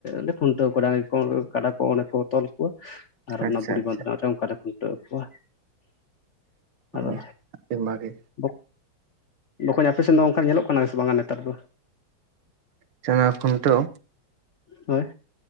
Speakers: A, on the left; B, on the right.
A: ᱞᱮ ᱠᱷᱩᱱᱴᱟᱹᱣ ᱠᱚᱣᱟ ᱰᱟᱝᱨᱤ ᱠᱚ, ᱠᱟᱰᱟ ᱠᱚ ᱚᱸᱰᱮ ᱠᱚ ᱛᱚᱞ ᱠᱚᱣᱟ᱾ ᱟᱨ
B: ᱟᱪᱪᱷᱟ
A: ᱚᱱᱟ ᱵᱩᱲᱤ
B: ᱟᱪᱪᱷᱟ
A: ᱵᱟᱸᱫᱽᱱᱟ ᱨᱮ ᱚᱝᱠᱟ ᱞᱮ ᱠᱷᱩᱱᱴᱟᱹᱣ ᱠᱚᱣᱟ᱾ ᱟᱫᱚ
B: ᱟᱹᱰᱤ ᱵᱷᱟᱜᱮ
A: ᱵᱚ, ᱵᱚᱠᱚᱧ ᱟᱯᱮ ᱥᱮᱫ ᱫᱚ ᱱᱚᱝᱠᱟ ᱧᱮᱞᱚᱜ ᱠᱟᱱᱟ ᱥᱮ ᱵᱟᱝᱟ ᱱᱮᱛᱟᱨ ᱫᱚ?
B: ᱪᱮᱫ ᱚᱱᱟ ᱠᱷᱩᱱᱴᱟᱹᱣ?
A: ᱦᱮᱸ᱾